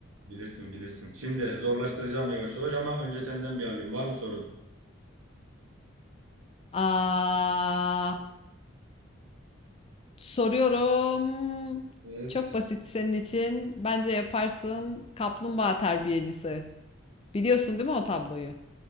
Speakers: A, on the right; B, on the left.
A: Bilirsin bilirsin. Şimdi zorlaştıracağım yavaş yavaş ama önce senden bir alayım. Var mı sorun?
B: Aa, soruyorum.
A: Evet.
B: Çok basit senin için. Bence yaparsın. Kaplumbağa terbiyecisi. Biliyorsun değil mi o tabloyu?